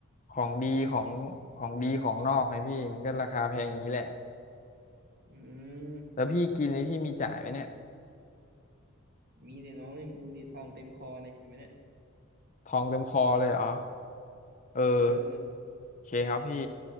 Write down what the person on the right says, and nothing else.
อืม
มีดิน้องนี่ดูดิทองเต็มคอเนี่ยเห็นไหมเนี่ย
เออ